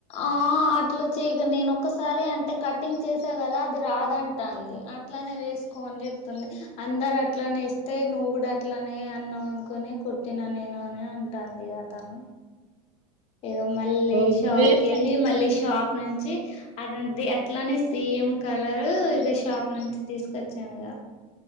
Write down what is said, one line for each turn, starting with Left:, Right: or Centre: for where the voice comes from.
Left: ఆ అట్లా చేయదు నేను ఒక్కసారి అంటే కటింగ్ చేసా కదా అది రాదంటా అంది అట్లానే వేసుకో అని చెప్తుంది అందరు అట్లనే ఇస్తే నువ్వు కూడా అట్లానే అన్నావు అనుకుని కుట్టినా నేను అని అంటుంది తను ఏదో మళ్ళీ
Right: ఇప్పుడు
Left: షాప్కి
Right: వేస్ట్
Left: వెళ్ళి
Right: అయింది
Left: మళ్ళీ షాప్ నుంచి చ్చ అ అట్లానే సేమ్ కలరు ఇక షాప్ నుంచి తీసుకొచ్చాను ఇక